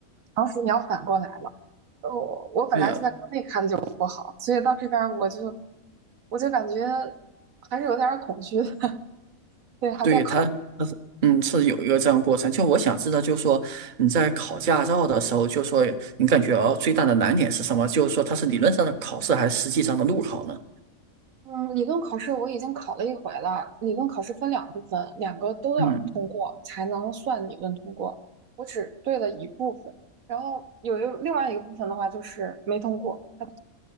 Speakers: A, on the right; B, on the right.
A: 常识你要反过来了。呃我我本来就在国内开的就不好，
B: 对呀，
A: 所以到这边儿我就我就感觉还是有点儿恐惧的，<laughs> 对，还在考。
B: 对他，他是嗯是有一个这样的过程。就我想知道，就是说你在考驾照的时候，就说你感觉哦最大的难点是什么？就是说它是理论上的考试还是实际上的路考呢？
A: 嗯，理论考试我已经考了一回了。理论考试分两部分，两个都要通过才能算理论通过。
B: 嗯，
A: 我只对了一部分，然后有一另外一个部分的话就是没通过，它考